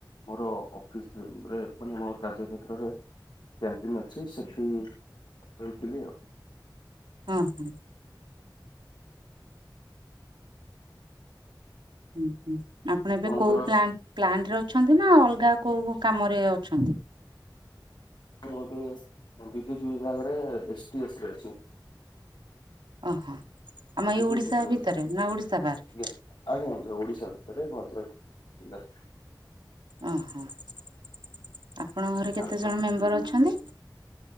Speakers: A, on the left; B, on the right.
A: ମୋରୋ ଅଫିସ <unintelligible> ରେ ମାନେ ମୋରୋ କାର୍ଯ୍ୟ କ୍ଷେତ୍ରରେ କ୍ୟାଣ୍ଟିନ ଅଛି ସେଠି <unintelligible> ଆଉ
B: ଅହଁ। ଉଁହୁଁ ଆପଣ
A: ଆପଣଙ୍କର
B: ଏବେ କୋଉ ପ୍ଲା ପ୍ଲାଣ୍ଟ ରେ ଅଛନ୍ତି ନା ଅଲଗା କୋଉ କାମରେ ଅଛନ୍ତି।
A: ମୁଁ ଏବେ ବିଦ୍ୟୁତ ବିଭାଗରେ ଏସ୍ ଟି <unintelligible> ରେ ଅଛି।
B: ଅଃ ଆମ
A: ବିଦ୍ୟୁତ
B: ଏଇ ଓଡିଶା
A: ବିଭାଗ
B: ଭିତରେ ନା ଓଡିଶା ବାହାରେ।
A: ଆଜ୍ଞା <unintelligible> ଓଡ଼ିଶା ଭିତରେ ଭଦ୍ରାକ। <unintelligible>
B: ଉଁହୁଁ ଆପଣଙ୍କ ଘରେ କେତେ
A: ଆପଣ
B: ଜଣ ମେମ୍ବର ଅଛନ୍ତି।